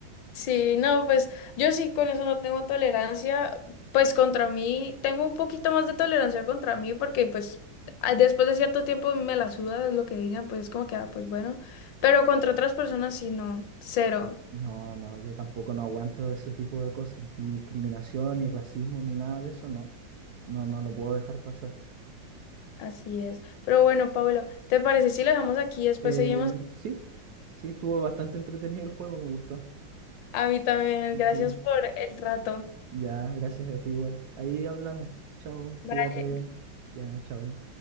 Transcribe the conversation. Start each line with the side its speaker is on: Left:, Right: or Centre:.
Left: Sí, no, pues yo sí con eso no tengo tolerancia, pues contra mí, tengo un poquito más de tolerancia contra mí, porque pues a- después de cierto tiempo me la suda lo que digan, pues es como que, ah, pues bueno, pero contra otras personas sí, no, cero.
Right: No, no, yo tampoco no aguanto ese tipo de cosas, ni discriminación, ni racismo, ni nada de eso, no, no, no lo puedo dejar pasar.
Left: Así es. Pero bueno, Pablo, ¿te parece si lo dejamos aquí? y Después
Right: Eh,
Left: seguimos.
Right: sí, sí, estuvo bastante entretenido el juego, me gustó.
Left: A mí también. Gracias
Right: Sí.
Left: por el rato.
Right: Ya, gracias a ti igual. Ahí hablamos. Chao,
Left: Vale,
Right: cuídate. Ya, chao.